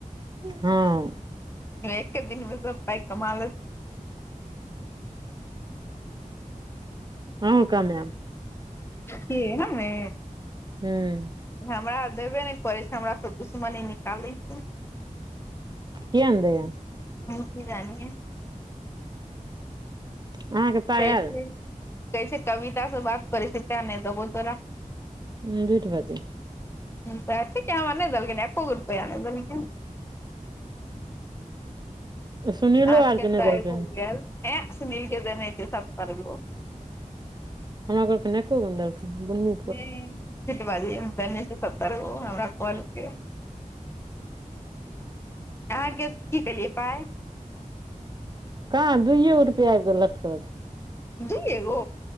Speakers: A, on the right; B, on the left.
A: हाँ
B: एक दिन मे सब पाय कमा लैथ।
A: आहू कमा लेब।
B: की हम्मे?
A: ह्म्म
B: हमरा देबे नहि करै छै, हमरा दुश्मनी निकालै छै।
A: कि आइनादिए।
B: ह की जी <unintelligible>
A: अहाँके पाय
B: तै
A: आयल
B: से तै से कविता से बात करै छै तै नहि देबो तोरा।
A: ह झूठ <unintelligible> बाजैइ
B: ह त ठिके नै देलखीन, हमरा एको रुपया नै देलखिन।
A: सुनीलो
B: आ
A: आर
B: तइ
A: के नहि देलकै
B: भ
A: हन
B: गेल ए सुनील के <unintelligible>
A: हमरा घके <unintelligible> नेक गन्दल <inaudible>
B: <unintelligible> अहाँके की केलियै पाइ?
A: कहाँ दुइये गो रुपआ आबिक लटकल छै।
B: दूइयेगो